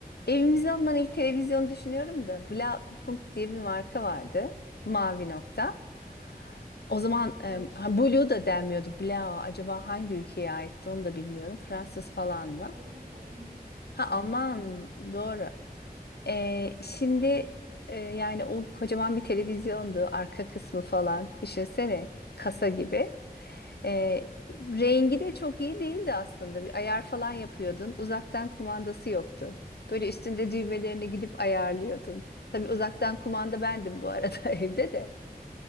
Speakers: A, on the left; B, on the right.
A: Evimize alınan ilk televizyonu düşünüyorum da Blaupunkt diye bir marka vardı. Mavi nokta. O zaman
B: Evet.
A: e, ha, Blue da denmiyordu. Blau acaba hangi ülkeye aitti onu da bilmiyorum. Fransız falan
B: A-
A: mı?
B: Alman, Alman,
A: Ha
B: Alman
A: Alman
B: olabilir.
A: doğru. E, şimdi e, yani o kocaman bir televizyondu. Arka kısmı falan düşünsene kasa gibi. Ee, rengi de çok iyi değildi aslında. Bir ayar falan yapıyordun. Uzaktan kumandası yoktu. Böyle üstünde düğmelerini gidip ayarlıyordun. Tabii uzaktan kumanda bendim bu arada <laughs> evde de.